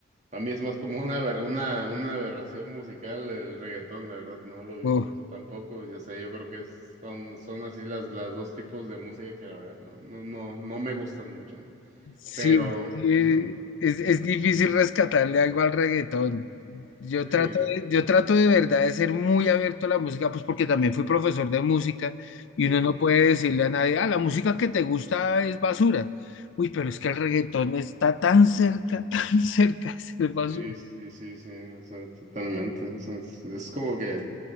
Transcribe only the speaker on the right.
a mí es más como una, aber- una, una aberración musical el reggaetón, la verdad no lo disfruto
tampoco, yo sé, yo creo que es- son, son así las, las dos tipos de música que la verdad no, no, no, no me gustan mucho, ¿no?
Pero,
ujú,
ujú,
sí. eh,
Ujú.
Sí, sí, sí, sí, o sea, totalmente. o sea, es, es como que